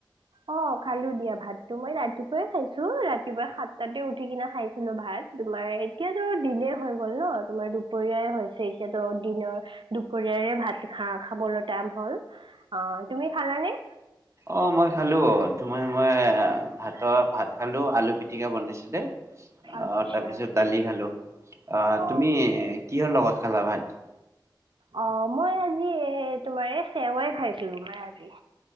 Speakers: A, on the right; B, on the right.
A: অ' খালো দিয়া ভাতটো, ৰাতিপুৱাই খাইছো ৰাতিপুৱাই সাতটাতে উঠি কিনে খাইছিলো ভাত। তোমাৰ এতিয়াতো দিনে হৈ গ'ল ন তোমাৰ দুপৰীয়াই হৈছে এতিয়াতো দিনৰ। দুপৰীয়াৰে ভাত খা খাবলৈ টাইম হল অ তুমি খালানে।
B: অ মই খালো তোমাৰ মই ভাতৰ ভাত। খালোঁ আলু পিটিকা বনাইছিলে। অ
A: আচ্ছা
B: তাৰ পিছত
A: আচ্ছা
B: দালি খালো অ
A: অ
B: তুমি কিহৰ লগত খালা ভাত।
A: অ মই আজি এ তোমাৰ এই চেৱাই খাইছিলো মই আজি।